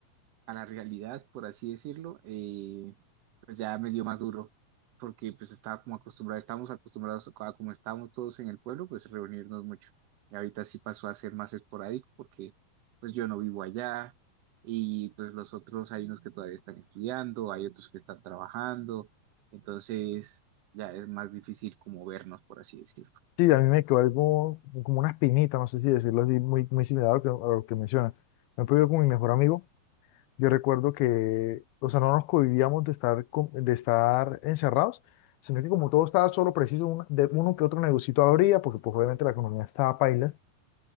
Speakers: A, on the right; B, on the left.
A: a la realidad, por así decirlo, eh, pues ya me dio más duro, porque pues estaba como acostumbrado, estábamos acostumbrados a como estábamos todos en el pueblo, pues reunirnos mucho. Y ahorita sí pasó a ser más esporádico porque pues yo no vivo allá y pues los otros hay unos que todavía están estudiando, hay otros que están trabajando, entonces ya es más difícil como vernos, por así decirlo.
B: Sí, a mí me quedó algo como una espinita, no sé si decirlo así, muy, muy similar a lo que, a lo que mencionas. Por ejemplo, yo con mi mejor amigo, yo recuerdo que, o sea, no nos convivíamos de estar, con- de estar encerrados, sino que como todo estaba solo preciso, un- de uno que otro negocito abría, porque pues obviamente la economía estaba paila,